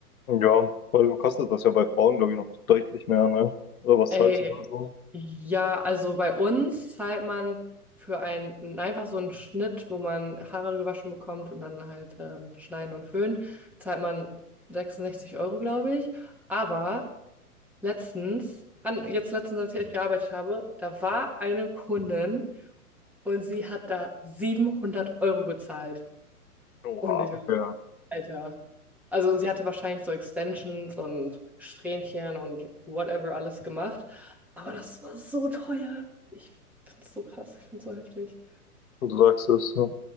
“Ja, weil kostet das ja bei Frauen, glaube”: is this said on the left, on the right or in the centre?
Left